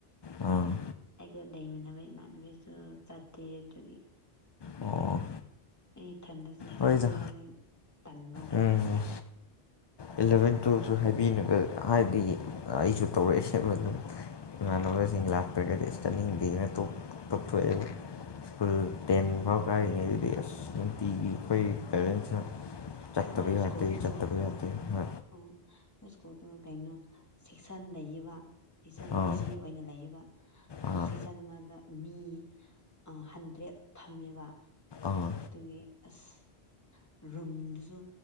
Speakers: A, on the left (about 45°); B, on the left (about 15°).
A: ꯑꯪ
B: ꯑꯩꯒ ꯂꯩꯃꯤꯟꯅꯕ ꯏꯃꯥꯟꯅꯕꯤꯖꯨ ꯆꯠꯇꯦ ꯑꯗꯨꯒꯤ
A: ꯑꯣ
B: ꯑꯩ ꯏꯊꯟꯗꯖꯨ ꯆꯠꯅꯤꯡꯉꯥꯏꯗ
A: ꯍꯣꯏꯗ
B: ꯇꯟꯕꯀꯣ
A: ꯎꯝ
B: ꯑꯗꯨꯒꯤ
A: ꯑꯦꯂꯚꯦꯟ ꯇꯨꯌꯦꯜꯞꯁꯨ ꯍꯥꯏꯕꯤꯅꯕ ꯍꯥꯏꯗꯤ ꯑꯩꯁꯨ ꯇꯧꯔꯛꯑꯦꯁꯦꯕ ꯑꯗꯨꯝ ꯏꯃꯥꯟꯅꯕꯖꯤꯡ ꯂꯥꯛꯇ꯭ꯔꯒꯗꯤ ꯆꯠꯅꯤꯡꯗꯦꯅ ꯇꯣꯛ ꯇꯣꯛꯊꯣꯛꯑꯦꯕ ꯐꯨꯜ ꯇꯦꯟ ꯕꯥꯎ ꯀꯥꯔꯤꯉꯩꯗꯨꯗꯤ ꯑꯁ ꯅꯨꯡꯇꯤꯒꯤ ꯈꯣꯏ ꯄꯦꯔꯦꯟꯁꯤꯡꯅ ꯆꯠꯇꯕ
B: ꯑꯩꯈꯣꯏ
A: ꯌꯥꯗꯦ
B: ꯁ꯭ꯀꯨꯜꯗꯨ
A: ꯆꯠꯇꯕ ꯌꯥꯗꯦ ꯍ
B: ꯎꯝ ꯅꯣꯏ ꯁ꯭ꯀꯨꯜꯗꯣ ꯀꯩꯅꯣ ꯁꯦꯛꯁꯟ ꯂꯩꯌꯦꯕ ꯁꯤꯁꯟ
A: ꯑꯥ
B: ꯑꯦ ꯕꯤ ꯑꯣꯏꯅ ꯂꯩꯑꯦꯕ ꯑꯗꯨ
A: ꯑꯥ
B: ꯁꯦꯁ ꯇꯟꯃꯗ ꯃꯤ ꯑ ꯍꯟꯗ꯭ꯔꯦꯠ ꯐꯝꯃꯦꯕ
A: ꯑꯥ
B: ꯑꯗꯨꯒꯤ ꯑꯁ ꯔꯨꯝꯗꯨꯁꯨ